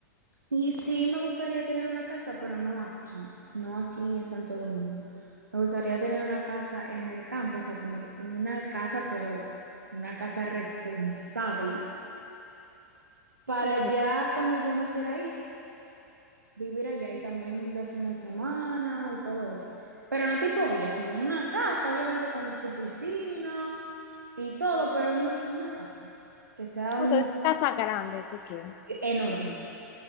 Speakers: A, on the right; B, on the left.
A: Y sí me gustaría tener una casa, pero no aquí, no aquí en Santo Domingo. Me gustaría tener una casa en el campo, o sea, tener una casa, pero una casa responsable, para
B: ok,
A: ya cuando yo me quiera ir, vivir allá y también de fin de semana y todo eso. Pero no tipo villa, sino una casa, obviamente con su piscina y todo, pero un- una casa que sea
B: ok,
A: un-
B: una casa grande tú quieres?
A: enorme,